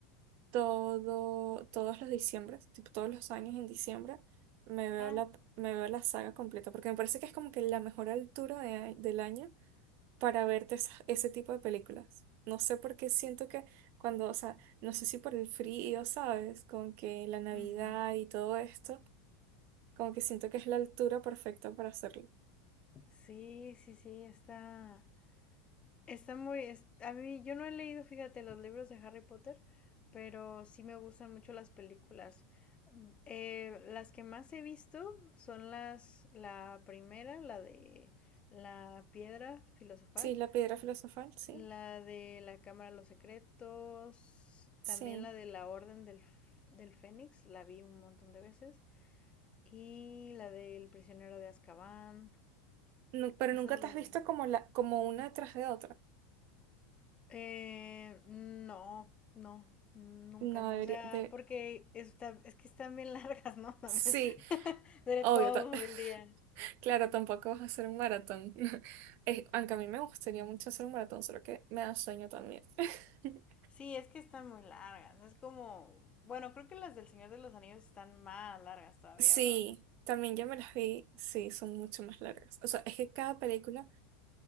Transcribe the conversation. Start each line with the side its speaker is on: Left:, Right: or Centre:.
Right: todo, todos los diciembres, tipo todos los años en diciembre, me veo
Left: Ah.
Right: la, me veo la saga completa, porque me parece que es como que la mejor altura de a- del año para verte esa- ese tipo de películas. No sé por qué siento que cuando, o sea, no sé si por el frío, ¿sabes? Con que la Navidad
Left: Ujú.
Right: y todo esto, como que siento que es la altura perfecta para hacerlo.
Left: Sí, sí, sí, está, Está muy, es- a mí yo no he leído, fíjate, los libros de Harry Potter, pero sí me gustan mucho las películas. Mm, eh, las que más he visto son las, la primera, la de la piedra filosofal,
Right: Sí, la piedra filosofal, sí,
Left: la de la Cámara de los Secretos,
Right: sí.
Left: también la de la Orden del, F- del Fénix, la vi un montón de veces, y la del prisionero de Azkaban,
Right: Nu- pero
Left: esas
Right: nunca
Left: las...
Right: te has visto como, la, como una tras de otra.
Left: Eh, no, no, nunca.
Right: No, debería,
Left: O sea,
Right: de...
Left: porque está, es que están bien largas, ¿no? <laughs> También.
Right: Sí,
Left: <laughs> De
Right: obvio.
Left: todo
Right: ta- <laughs>
Left: el día.
Right: Claro, tampoco vas a hacer un maratón. <laughs> Es- aunque a mí me gustaría mucho hacer un maratón, solo que me da sueño también. <laughs>
Left: Sí, es que están muy largas. Es como, bueno, creo que las del Señor de los Anillos están más largas todavía,
Right: Sí,
Left: ¿verdad?
Right: también ya me las vi, sí, son mucho más largas. O sea, es que cada película